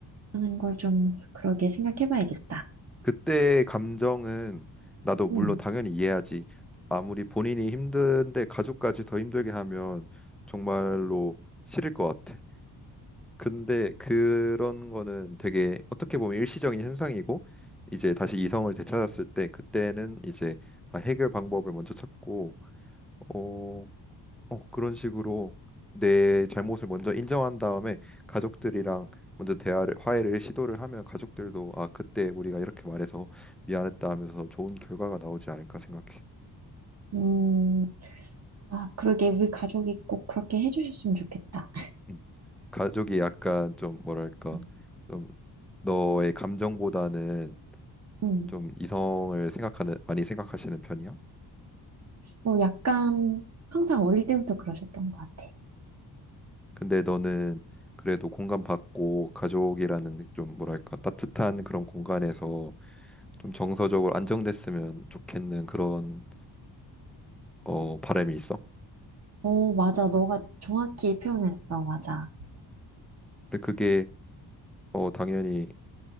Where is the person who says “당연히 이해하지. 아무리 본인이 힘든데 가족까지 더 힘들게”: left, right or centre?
Centre